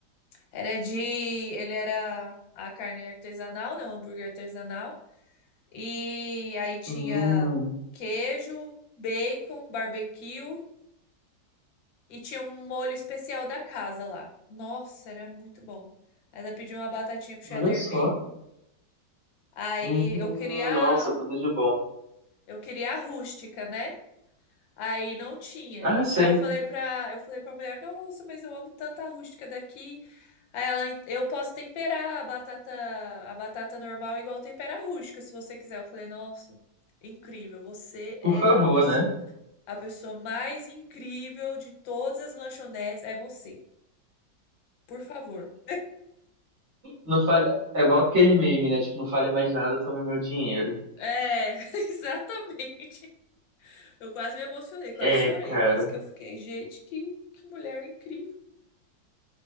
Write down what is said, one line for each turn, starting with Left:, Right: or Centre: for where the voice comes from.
Left: era de, ele era a carne artesanal, né? Um hambúrguer artesanal. E aí tinha
Right: Hum,
Left: queijo, bacon, barbecue E tinha um molho especial da casa lá. Nossa, era muito bom. Ainda pedi uma batatinha com cheddar
Right: olha só.
Left: bacon. Aí
Right: Uhum,
Left: eu queria,
Right: nossa, tudo de bom.
Left: eu queria a rústica, né? Aí não tinha.
Right: Ah, sei.
Left: Aí eu falei pra, eu falei pra mulher, nossa, mas eu amo tanto a rústica daqui. Aí ela, eu posso temperar a batata, a batata normal igual tempera a rústica, se você quiser. Eu falei, nossa, incrível. Você
Right: Por
Left: é
Right: favor,
Left: a pessoa,
Right: né?
Left: a pessoa mais incrível de todas as lanchonetes, é você. Por favor.
Right: Não fale. É igual aquele meme, né? Tipo, não fale mais nada, tome meu dinheiro.
Left: É, <laughs> exatamente. Eu quase me emocionei, quase
Right: É,
Left: chorei,
Right: cara.
Left: quase que eu fiquei, gente, que, que mulher incrível.